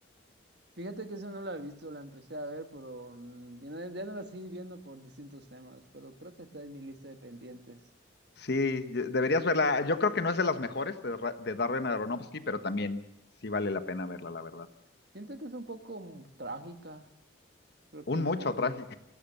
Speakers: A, on the right; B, on the left.
A: Fíjate que esa no la he visto, la empecé a ver, pero mm, ya no, ya no la seguí viendo por distintos temas, pero creo que está en mi lista de pendientes.
B: Sí, yo- deberías verla. Yo creo que no es de las mejores de, Ra- de Darren Aronofsky, pero también sí vale la pena verla, la verdad.
A: Siento que es un poco mm, trágica, creo
B: Un
A: que
B: mucho
A: un poco
B: trágico
A: mm,